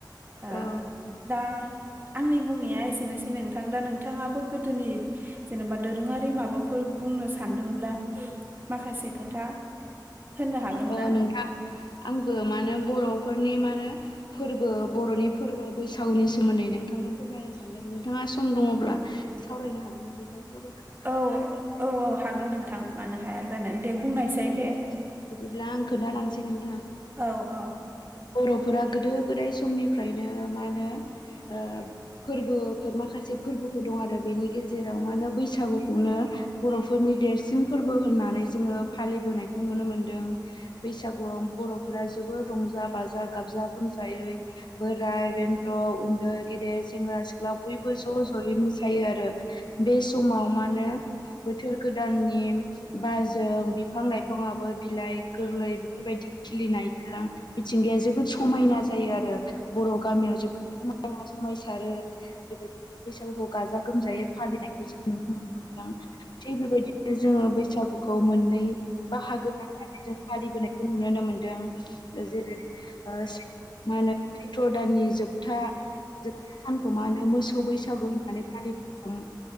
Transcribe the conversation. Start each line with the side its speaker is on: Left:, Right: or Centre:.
Right: ओ
Left: औ
Right: दा आंनि बुंनाया एसेनोसै नोंथां दा नोंथाङाबो गोदोनि जेनेबा दोरोङारि माबाफोर बुं बुंनो सानदोंब्ला माखासे खोथा होननो हागोन
Left: अ
Right: ना
Left: नोंथां आंबो मानो बर'फोरनि माने फोरबो बर'नि फोरबो बैसागुनि सोमोन्दै नोंथांनो फोरमायनो सानदों नोंथाङा सम दङ'ब्ला? सावरायनो हागोनना नोंथां फरा <unintelligible>
Right: औ औ औ हागोन नोंथां मानो हाया जानो। दे बुंनायसै
Left: ओ
Right: दे
Left: बिदिब्ला आं खोन्थालांसै नों
Right: औ औ।
Left: बर'फोरा गोदो गोदाय समनिफ्रायनो मा होनो ओ फोरबोफोर माखासे फोरबोफोर दं आरो बेनि गेजेर राव मा होनो बैसागुखौनो बर'फोरनि देरसिन फोरबो होननानै जोङो फालिबोनायखौ नुनो मोन्दों बैसागुआव बर'फोरा जोबोद रंजा बाजा गाबजा गोमजायै बोराय-बेन्थ', उन्दै-गेदेर, सेंग्रा-सिख्ला बयबो ज'-ज'यै मोसायो आरो बे समाव मा होनो बोथोर गोदाननि बारजों बिफां-लाइफाङाबो बिलाइ गोरलै बेफोरबायदि खिलिनायजों मिथिंगाया जोबोद समायना जायो आरो बर' गामियाव जोबोद समाय समायना समायसारो बेबायदिनो बैसागुखौ गाजा-गोमजायै फालिनायखौ जों नुनो मोनो। थिग बेबायदिनो जोङो बैसागुखौ मोननै बाहागो राननानै जों फालि नायखौ नुनो मोनदों जेरै ओ मा होनो सैत्र दाननि जोबथा जोबथा सानखौ मा होनो मोसौ बैसागु होननानै फालिबोदों।